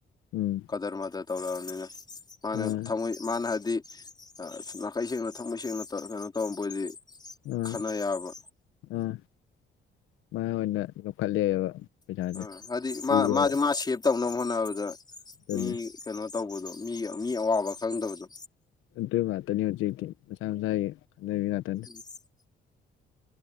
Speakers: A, on the left (about 90°); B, on the left (about 20°).
A: ꯎꯝ
B: ꯀꯥꯗꯔ ꯃꯥꯗꯔ ꯇꯧꯔꯛꯑꯕꯅꯤꯅ ꯃꯥꯅ
A: ꯑꯥ
B: ꯊꯝꯃꯣꯏ ꯃꯥꯅ ꯍꯥꯏꯕꯗꯤ ꯑ ꯅꯥꯈꯩ ꯁꯦꯡꯅ ꯊꯝꯃꯣꯏ ꯁꯦꯡꯅ ꯇꯧꯔ ꯀꯩꯅꯣ ꯇꯧꯔꯝꯕ‌ ꯑꯣꯏꯗꯤ
A: ꯑꯥ
B: ꯈꯅ ꯌꯥꯕ
A: ꯑꯥ ꯃꯥ ꯑꯣꯏꯅ ꯂꯧꯈꯠꯂꯦꯕ ꯄꯩꯁꯥꯁꯦ
B: ꯑ ꯍꯥꯏꯗꯤ
A: ꯄꯨꯔꯦꯕ
B: ꯃꯥ ꯃꯥꯗꯤ ꯃꯥ ꯁꯦꯞ ꯇꯧꯅꯕ ꯍꯣꯠꯅꯕꯗ
A: ꯑꯗꯨꯅꯤ
B: ꯃꯤ ꯀꯩꯅꯣ ꯇꯧꯕꯗꯣ ꯃꯤꯒꯤ ꯃꯤ ꯑꯋꯥꯕ ꯈꯪꯗꯕꯗꯣ
A: ꯑꯗꯨ ꯉꯥꯛꯇꯅꯤ ꯍꯧꯖꯤꯛꯇꯤ ꯃꯁꯥ ꯃꯁꯥꯒꯤ ꯈꯟꯅꯕꯤ ꯉꯥꯛꯇꯅꯤ
B: <inaudible>